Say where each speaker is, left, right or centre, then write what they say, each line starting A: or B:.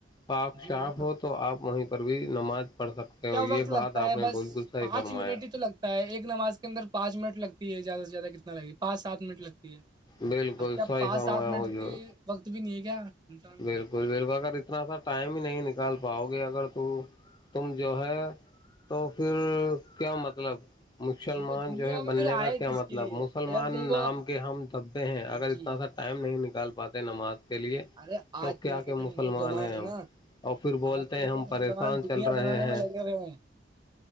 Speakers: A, on the left; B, on the right.
A: پاک
B: جی
A: شاف
B: وہی
A: ہو تو آپ وہیں پر پر بھیی نماز پڑھ سکتے
B: کیا
A: ہو
B: وقت
A: یہ
B: لگتا
A: بات آپ
B: ہے
A: نے
B: بس
A: بالکل صحیح
B: پانچ
A: فرمایا
B: منٹ ہی تو لگتا ہے ایک نماز کے انر پانچ منٹ لگتی ہے زیادہ سے زیادہ ک لگ گی پانچ سات منٹ لگتی ہے
A: بالکل
B: اب کیا
A: صحیح
B: پانچ
A: فرمایا
B: سات منٹ
A: حضور
B: کے وقت بھی نہیں ہے کیا انسان کو
A: بالکل بالک اگر اتناا ٹائم ہی نہیں نک نکال پاؤ گے اگر تو تم جو ہے تو پھر کیا مطلب مسلمان
B: جی وہ دنیا
A: جو ہے
B: میں
A: بننے
B: پھر آئے
A: کا کیا
B: کس
A: مطلب
B: کے لیے
A: مسلمان
B: جب تم کو
A: نام کے ہم دھبے ہیں اگر
B: جی
A: اتنا سا ٹائم نہیں نکل گال پاتیں نماز چ لیے
B: ارے
A: تو
B: آج
A: کیا
B: کل کے
A: کیا
B: جو
A: مسلمان
B: نوجوان
A: ہیں
B: ہے
A: ہم
B: نا
A: اور پھر بولتے
B: آج کل
A: ہیں
B: کے
A: ہم
B: نوجوان
A: پریشان
B: دنیا
A: چل رہے
B: بنانے میں
A: ہیں
B: لگے ہوئے ہیں